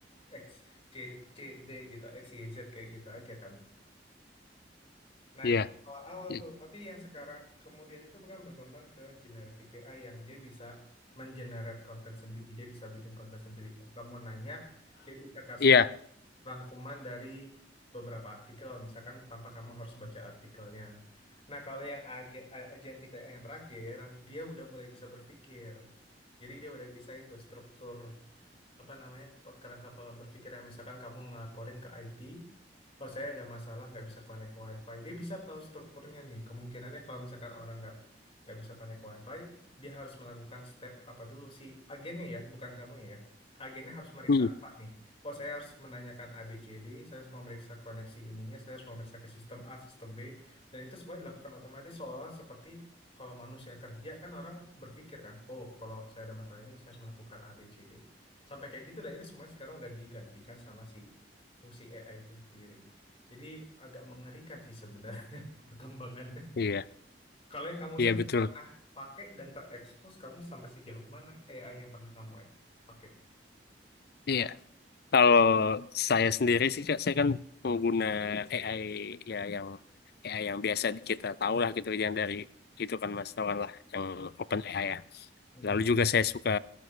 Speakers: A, on the left; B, on the left.
A: X, C, C, D gitu, X, Y, Z kayak gitu aja kan. Nah,
B: Iya.
A: itu awal-awal
B: I-
A: tuh. Tapi yang sekarang kemudian itu bukan berkembang ke generative AI yang dia bisa mengenerate konten sendiri. Dia bisa bikin konten sendiri. Kalau kamu nanya, dia bisa kasih
B: Iya.
A: rangkuman dari beberapa artikel, misalkan tanpa kamu harus baca artikelnya. Nah, kalau yang ag- a- agentic AI yang terakhir, dia udah mulai bisa berpikir. Jadi dia udah bisa itu struktur apa namanya pe- kerangka pola berpikir yang misalkan kamu ngelaporin ke IT, oh saya ada masalah nggak bisa connect ke WiFi. Dia bisa tahu strukturnya nih. Kemungkinannya kalau misalkan orang nggak nggak bisa connect ke WiFi, dia harus melakukan step apa dulu si Agennya ya, bukan kamu ya. Agennya harus meriksa
B: Mm,
A: apa nih? Oh, saya harus menanyakan A B C D. saya harus memeriksa koneksi ininya, saya harus memeriksa ke sistem A, sistem B, dan itu semua dilakukan otomatis seolah seperti kalau manusia kerja kan orang berpikir kan, oh kalau saya ada masalah ini saya harus melakukan A B C D. Sampai kayak gitu dan itu semuanya sekarang udah digantikan sama si fungsi AI itu sendiri. Jadi agak mengerikan sih sebenarnya <laughs> perkembangannya.
B: Iya.
A: Kalau yang kamu
B: Iya,
A: sendiri
B: betul.
A: pernah pakai dan terekspos, kamu sampai sejauh mana AI yang pernah kamu eks- pakai?
B: Iya. Kalau saya sendiri sih, Kak, saya kan pengguna AI ya yang AI yang biasa kita tahu lah gitu yang dari itu kan Mas tahu kan lah yang open AI ya.
A: Hmm.
B: Lalu juga saya suka